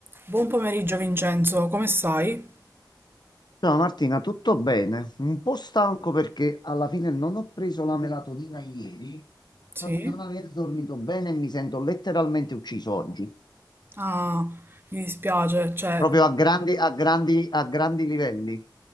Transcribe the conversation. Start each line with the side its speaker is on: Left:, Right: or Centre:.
Right: Buon pomeriggio Vincenzo, come stai?
Left: Ciao Martina, tutto bene? Un po' stanco perché alla fine non ho preso la melatonina ieri,
Right: Sì?
Left: ma di non aver dormito bene e mi sento letteralmente ucciso oggi,
Right: Ah, mi dispiace, cioè,
Left: proprio a grandi, a grandi, a grandi livelli.